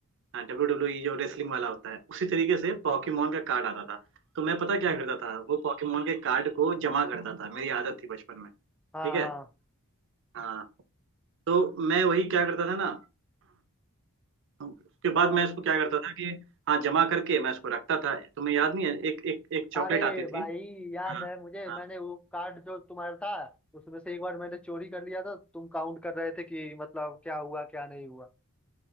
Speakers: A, on the right; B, in the centre.
A: हाँ डब्ल्यू डब्ल्यू ई जो रेसलिंग वाला होता है उसी तरीके से पॉकीमोन का कार्ड आता था तो मैं पता क्या
B: हाँ
A: करता था वो पॉकीमोन के कार्ड को जमा करता था मेरी आदत थी बचपन में ठीक
B: हाँ
A: है
B: हाँ
A: हाँ तो मैं वही क्या करता था ना <clears throat> उसके बाद
B: तो
A: मैं इसको क्या करता था कि हाँ जमा करके मैं इसको रखता था तुम्हें याद नहीं है एक एक एक चॉकलेट
B: अरे
A: आती थी
B: भाई याद
A: हाँ
B: है मुझे
A: हाँ
B: मैंने वो कार्ड जो तुम्हारा था उसमें से एक बार मैंने चोरी कर लिया था तुम काउंट कर रहे थे कि मतलब क्या हुआ क्या नहीं हुआ